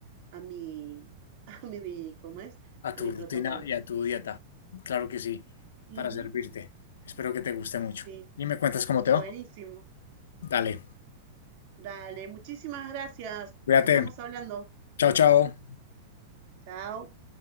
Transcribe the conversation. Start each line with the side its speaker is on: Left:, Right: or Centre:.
Right: a mi, <laughs> a mi, ¿cómo es?
Left: a
Right: A
Left: tu
Right: mi
Left: rutina
Right: protocolo.
Left: y a tu dieta. Claro que sí,
Right: Ujú,
Left: para servirte. Espero que te guste mucho.
Right: sí,
Left: Y me cuentas cómo
Right: buenísimo.
Left: te va. Dale,
Right: Dale, muchísimas gracias.
Left: cuídate.
Right: Estamos hablando.
Left: Chao, chao.
Right: Chao.